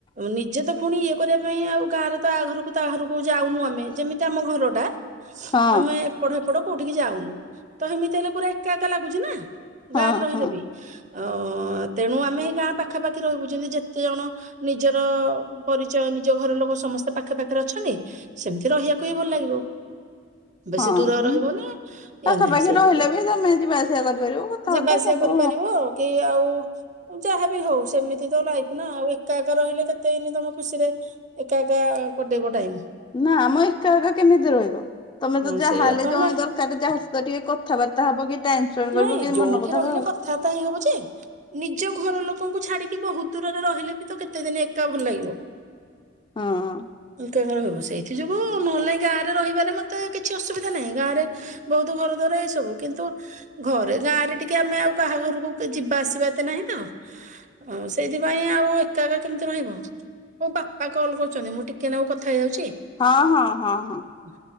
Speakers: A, on the right (about 40°); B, on the left (about 25°).
A: ନିଜେ ତ ପୁଣି ଇଏ କରିବା ପାଇଁ ଆଉ ଗାଁରେ ତ ଆ ଘରକୁ ତ ଆରକୁ ଯାଉନୁ ଆମେ ଯେମିତି କି ଆମ ଘର ଟା
B: ହଁ
A: ଆମେ ପଟ ହେପଟ କୋଉଠିକି ଯାଉନୁ ତ ଏମିତି ହେଲେ ପୁରା ଏକା ଏକା ଲାଗୁଛି ନା
B: ହଁ
A: ଗାଁରେ ରହିଲେ
B: ହଁ
A: ବି। ଅଁ ତେଣୁ ଆମେ ହେଇ ଗାଁ ପାଖାପାଖି ରହିବୁ ଜେନ୍ତି ଯେତେ ଜଣ- ନିଜର ପରିଚୟ ନିଜ ଘର ଲୋକ ସମସ୍ତେ ପାଖେ ପାଖରେ ଅଛନ୍ତି ସେମିତି ରହିବାକୁ କୁ ବି ଭଲ ଲାଗିବ। ବେଶୀ
B: ହଁ
A: ଦୂର ରହିବନି ଇଏ
B: ପାଖାପାଖି
A: ନାହିଁ ସେଇଥିରେ
B: ରହିଲେ ବି ତମେ ଯିବା ଆସିବା କରିପାରିବ କଥାବାର୍ତ୍ତା
A: ଯିବା ଆସିବା
B: ସବୁ
A: କରିପାରିବ। କି ଆଉ ଯାହାବି ହଉ ସେମିତି ତ ଲାଇଫ ନା ଆଉ ଏକା ଏକା ରହିଲେ କେତେଦିନି ତମେ ଖୁସିରେ ଏକା ଏକା କଟେଇବ ଟାଇମ୍।
B: ନାମ ଏକା ଏକା କେମିତି ରହିବ? ତମେ ତ
A: ହଁ
B: ଯାହା
A: ସେଇଆ
B: ହେଲେ
A: ତ
B: ଜଣେ
A: ହେଲା
B: ଦରକାର ଯାହା ସହିତ ଟିକେ କଥାବାର୍ତ୍ତା ହବ କି ଟାଇମ ସ୍ପେଣ୍ଡ
A: ନାଇଁ
B: କରିବ କି
A: ଯୋଉଠି
B: ମନ କଥା
A: ରହିଲେ
B: କହିବ।
A: କଥାବାର୍ତ୍ତା ହେଇ ହବ ଯେ ନିଜ ଘର ଲୋକଙ୍କୁ ଛାଡିକି ବହୁତ ଦୂରରେ ରହିଲେ ବି ତ କେତେ ଦିନ ତ ଭଲ ଲାଗିବ
B: ହଁ
A: ଏକା ଏକା ରହିବ ସେଇଥି ହଁ ନହେଲେ ନାଇଁ ଗାଁରେ ରହିବାରେ ମୋତେ କିଛି ଅସୁବିଧା ନାହିଁ ଗାଁରେ ବହୁତ ଘର ଦ୍ୱାର ଏଇ ସବୁ କିନ୍ତୁ ଘରେ ଗାଁରେ ଟିକେ ଆମେ ଆଉ କାହା ଘରକୁ ଯିବା ଆସିବା ଏତେ ନାହିଁ ତ। ହଉ ସେଇଥିପାଇଁ ଆଉ ଏକା ଏକା କେମିତି ରହିବ। ମୋ ବାପା କଲ୍ କରୁଛନ୍ତି ମୁଁ ଟିକେ ନାକୁ କଥା ହେଇଯାଉଛି।
B: ହଁ ହଁ ହଁ ହଁ।
A: ହୁଁ।